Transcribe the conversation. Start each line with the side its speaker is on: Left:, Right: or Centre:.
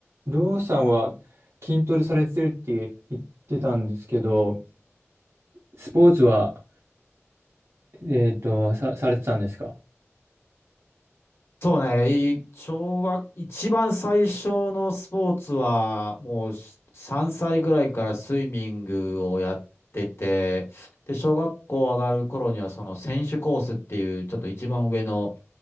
Right: りょうさんは筋トレされてるって言ってたんですけど、スポーツは、えっと、さ、されてたんですか
Left: そうね、い小学、一番最初のスポーツは、もうし3歳ぐらいからスイミングをやってて、で、小学校上がる頃には、その選手コースっていう、ちょっと一番上の